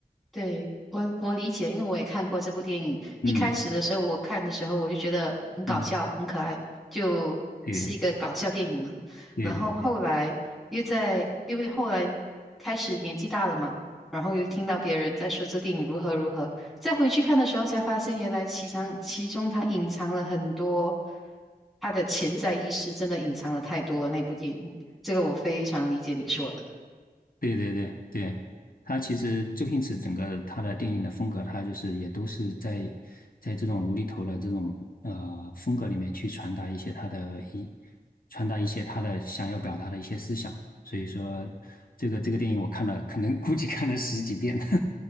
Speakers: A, in the centre; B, on the left (about 60°).
A: 对，我我理解，因为我也看过这部电影。
B: 嗯
A: 一开始的时候，我看的时候我就觉得很搞笑，
B: 嗯，
A: 很可爱，就是一个搞笑电影嘛。
B: 对对对对。
A: 然后后来又在，因为后来开始年纪大了嘛，然后又听到别人在说这电影如何如何，再回去看的时候才发现，原来其藏其中它隐藏了很多，它的潜在意识真的隐藏了太多了。那部电影，这个我非常理解你说的。
B: 对对对对，他其实周星驰整个他的电影的风格，他就是也都是在在这种无厘头的这种呃风格里面去传达一些他的一传达一些他的想要表达的一些思想。所以说，这个这个电影我看了，可能估计看了十几遍。